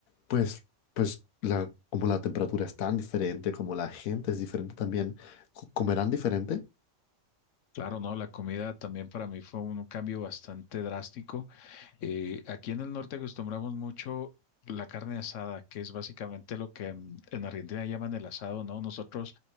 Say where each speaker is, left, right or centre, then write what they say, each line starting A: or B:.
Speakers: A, on the left; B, on the left.
A: pues, pues la, como la temperatura es tan diferente, como la gente es diferente también, co- ¿comerán diferente?
B: Claro, no, la comida también para mí fue un cambio bastante drástico. Eh, aquí en el norte acostumbramos mucho la carne asada, que es básicamente lo que mm, en Argentina llaman el asado, ¿no? Nosotros